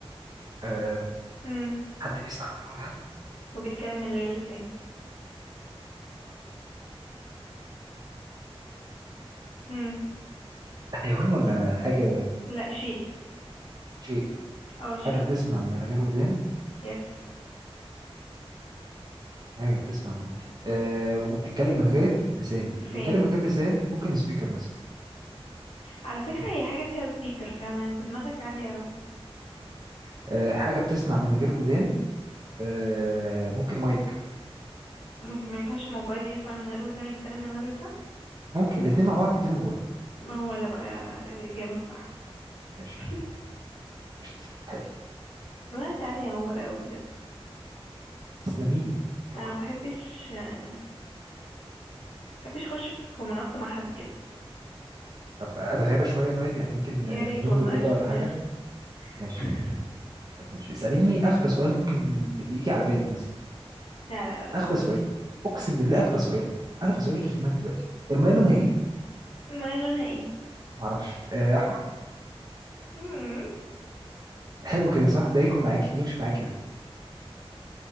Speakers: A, on the right; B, on the left.
A: آه
B: امم
A: حد بيسمع من غير ودان
B: وبيتكلم من غير لسان امم
A: ده حيوان ولا حاجة
B: لا شيء
A: شيء
B: اه شيء
A: حاجة بتسمع من غير ودان
B: يس
A: حاجة بتسمع من آه وبتتكلم من غير لسان اللي
B: لسان
A: بيتكلم من غير لسان ممكن سبيكر مثلا
B: على فكرة هي حاجة فيها سبيكر فعلا انت دماغك عالية اوي
A: مم. آه حاجة بتسمع من غير ودان آه ممكن مايك
B: مش ما ينفعش الموبايل يسمع من غير ودان ويتكلم من غير لسان
A: ممكن الاتنين مع بعض يدينهم موبايل
B: ما هو ده بقى الإجابة الصح
A: ماشي
B: <laughs>
A: قشطة حلو
B: دماغك عالية يا عمر قوي بجد
A: تسلمي لي
B: انا
A: شكرا
B: ما بحبش آه، بحبش اخش في منافسة مع حد كده
A: طب أتغابى شوية طيب يعني يمكن
B: يا
A: آه،
B: ريت
A: نقول
B: والله
A: الرضا
B: عشان
A: ولا حاجة
B: نخلص <laughs>
A: ماشي طب ماشي اسأليني أخبث سؤال ممكن يجي على بالك مثلا
B: لا لا لا
A: اغبى
B: لا
A: سؤال اقسم بالله اغبى سؤال اغبى سؤال يجي في دماغك دلوقتي الميه لونها ايه
B: لا. ما لونها ايه
A: ما اعرفش آه احمر
B: مم.
A: حلو كده صح ده ياكل معاكي يمشي معاك كده